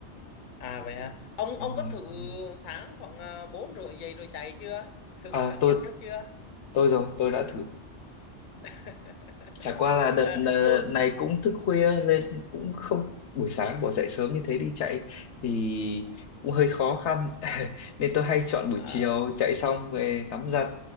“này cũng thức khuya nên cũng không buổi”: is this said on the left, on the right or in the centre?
Left